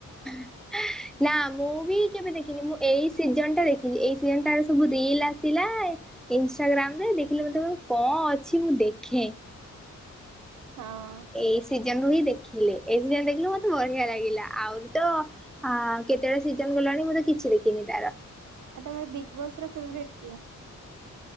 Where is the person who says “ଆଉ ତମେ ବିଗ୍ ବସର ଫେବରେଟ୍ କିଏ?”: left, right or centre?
Right